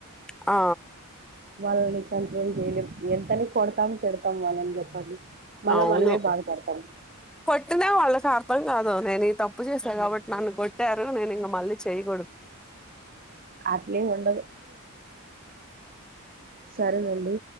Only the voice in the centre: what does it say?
ఆ
అవును
కొట్టిన వాళ్ళకి అర్థం కాదు నేను తప్పు ఉప్పు చేసా కాబట్టి నన్ను కొట్టారు నేను ఇంక మళ్ళీ చేయకూడదుజై